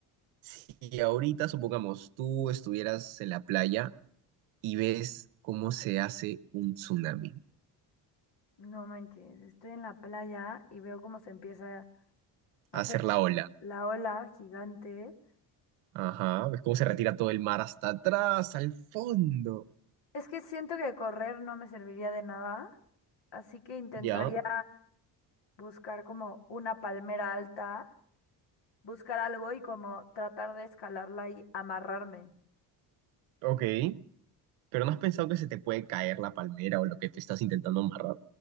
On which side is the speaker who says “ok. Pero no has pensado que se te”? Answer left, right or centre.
Right